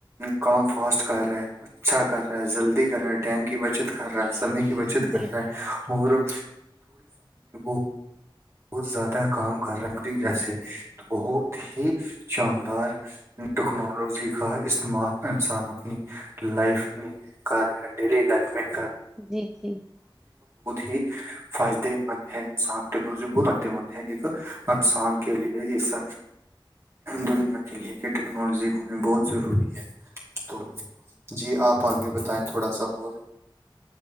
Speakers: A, on the right (about 30°); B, in the centre.
A: کام فاسٹ کر رہا اچھا کر رہا ہے جلدی کر رہا ہے ٹائم کی بچت کر رہا ہے سمے کی بچت
B: بالکل
A: کر رہا ہے اور <unintelligible> <unintelligible> <inaudible>
B: جی جی
A: ہی فائدے مند ہے انسان ٹیکنالوجی بت فائدے مند ہے ایک انسان کے لیے اس دنیا کے لیے کہ ٹیکنالوجی ہونا بہت ضروری ہے تو جی آپ آگے بتائیں تھوڑا سا ہو